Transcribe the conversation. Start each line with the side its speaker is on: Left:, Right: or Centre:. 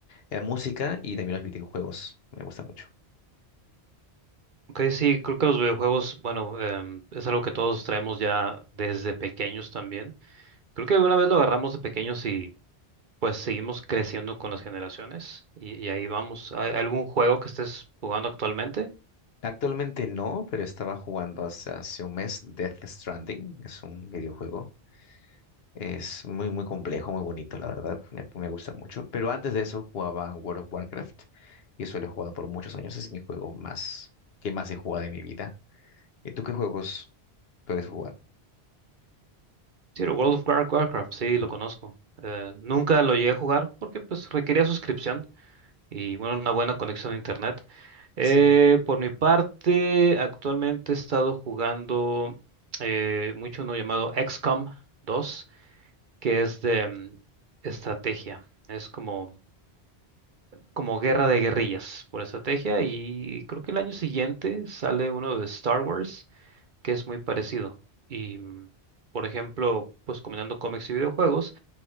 Left: la música y también los videojuegos, me gusta mucho.
Right: Ok, sí, creo que los videojuegos, bueno, em, es algo que todos traemos ya desde pequeños también. Creo que alguna vez lo agarramos de pequeños y pues seguimos creciendo con las generaciones y, y ahí vamos. ¿Hay algún juego que estés jugando actualmente?
Left: Actualmente no, pero estaba jugando hace, hace un mes Death Stranding. Es un videojuego. Es muy, muy complejo, muy bonito, la verdad. Me, me gusta mucho. Pero antes de eso jugaba World of Warcraft. Y eso lo he jugado por muchos años. Es mi juego más que más he jugado en mi vida. ¿Y tú qué juegos sueles jugar?
Right: Sí, el World of War- Warcraft, sí, lo conozco. Eh, nunca lo llegué a jugar porque pues requería suscripción y bueno, una buena conexión a internet. Eh,
Left: Sí.
Right: por mi parte, actualmente he estado jugando eh, mucho uno llamado XCOM 2. que es de mm, estrategia. Es como, como guerra de guerrillas por estrategia y creo que el año siguiente sale uno de Star Wars que es muy parecido. Y, mm, por ejemplo, pues combinando cómics y videojuegos,